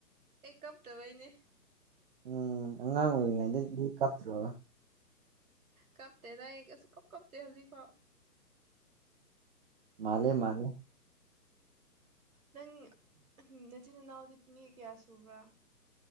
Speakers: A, on the right (about 60°); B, on the right (about 35°).
A: ꯑꯩ ꯀꯞꯇꯕꯩꯅꯦ
B: ꯎꯝ ꯑꯉꯥꯡ
A: ꯅꯣꯛꯅꯤꯡꯉꯤ
B: ꯑꯣꯏꯉꯗꯤ ꯀꯥꯞꯇ꯭ꯔꯣ
A: ꯀꯞꯇꯦꯗ ꯑꯩ ꯀꯁꯨ ꯀꯞ ꯀꯞꯇꯦ ꯍꯧꯖꯤꯛ ꯐꯥꯎ
B: ꯃꯥꯂꯦ ꯃꯥꯂꯦ
A: ꯅꯪ ꯅꯆꯤꯟ ꯏꯅꯥꯎꯗꯤ ꯃꯤ ꯀꯌꯥ ꯁꯨꯕ꯭ꯔꯥ